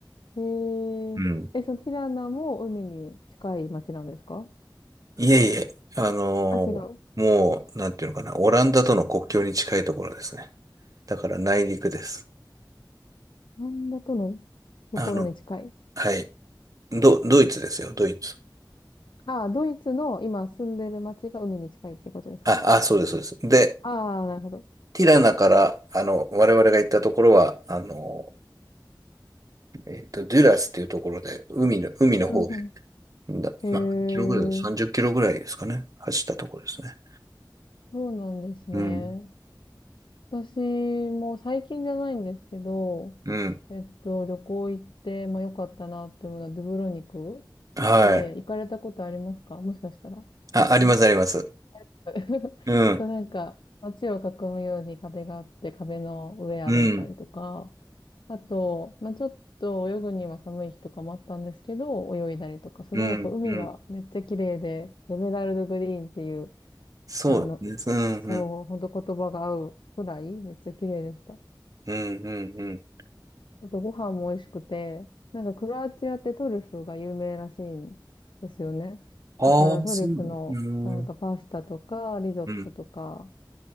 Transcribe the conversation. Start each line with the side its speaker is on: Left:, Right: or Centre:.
Left: えー、
Right: うん。
Left: え、そのティラナも海に近い町なんですか
Right: いえいえ、あのーもう、
Left: あ、違う。オ
Right: なんていうのかな、オランダとの国境に近いところですね。だから内陸です。
Left: ランダとのところに近い。
Right: あの、はい。ド、ドイツですよ、ドイツ。
Left: ああ、ドイツの今住んでる町が海に近いってことですか
Right: あ、あ、そうです、そうです。で、
Left: ああー、なるほど。
Right: ティラナから、あの、我々が行ったところは、あの、えっと、デュラスっていうところで、海の、海の方へ、
Left: うんう
Right: だ、
Left: ん。へ
Right: まあ、キロぐらい、30キロぐらいですかね、
Left: えー、
Right: 走ったところですね。
Left: そうなんですね。
Right: うん。
Left: 私も最近じゃないんですけど、
Right: うん。
Left: えっと、旅行行って、まあ良かったなっていうものはドゥブロニク
Right: はい。
Left: で行かれたことありますかもしかしたらあるかも。
Right: あ、ありますあります。
Left: <laughs>
Right: うん、
Left: そう、なんか街を囲むように壁があって壁の上歩いたりとか、
Right: うん、
Left: あと、まあちょっと泳ぐには寒い日とかもあったんですけど、泳いだりとか、すごいやっぱ海がめっちゃ綺麗で、
Right: うん、うん。
Left: エメラルドグリーンっていう、
Right: そうですね。
Left: あの、そう、
Right: うん、
Left: ほんと言葉が合うくらいめっちゃ綺麗でした。
Right: うん、うん、うん。うん。
Left: あとご飯も美味しくて、なんかクロアチアってトリュフが有名らしいんですよね。
Right: ああ、
Left: だからトリュフのなんかパスタとかリゾットとか、
Right: そうだね。うん、うん。